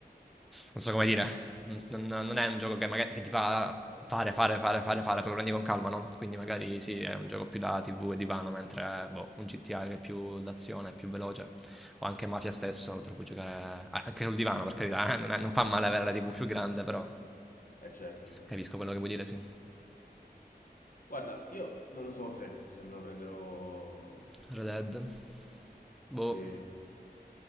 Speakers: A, in the centre; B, on the left (about 55°).
A: non so come dire, non, non- non è un gioco che magari che ti fa Fare, fare, fare, fare, fare, te lo prendi con calma, no? Quindi magari sì,
B: sì,
A: è un gioco più da TV e divano, mentre boh, un GTA che è più d'azione, è più veloce, o anche Mafia stesso, te lo puoi giocare ah, anche sul divano, per carità, eh, non, è- non fa male avere la TV più grande, però
B: è certo. sì.
A: capisco quello che vuoi dire, sì.
B: Guarda, io non lo so se, se me lo prenderò...
A: Red Dead. Boh.
B: Sì.